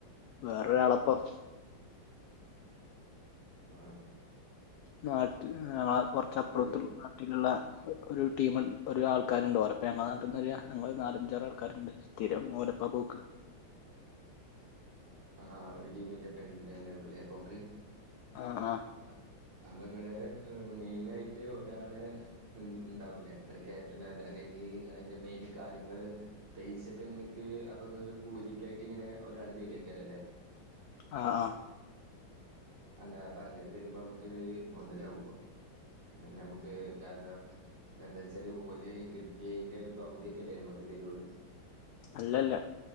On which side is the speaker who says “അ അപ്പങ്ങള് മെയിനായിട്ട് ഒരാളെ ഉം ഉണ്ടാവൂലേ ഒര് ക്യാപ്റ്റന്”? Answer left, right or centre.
Right